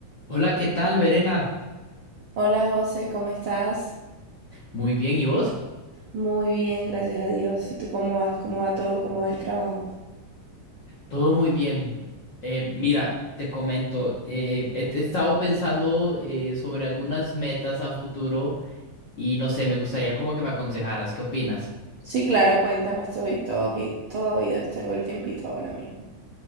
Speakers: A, on the left; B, on the right.
A: Hola, ¿qué tal, Verena?
B: Hola José, ¿cómo estás?
A: Muy bien, ¿y vos?
B: Muy bien, gracias a Dios. ¿Y tú cómo vas? ¿Cómo va todo? ¿Cómo va el trabajo?
A: Todo muy bien. Eh, mira, te comento, eh, he he estado pensando eh, sobre algunas metas a futuro y no sé, me gustaría como que me aconsejaras, ¿qué opinas?
B: Sí, claro, cuéntame, estoy todo, oí- todo oídos, tengo el tiempito ahora mismo.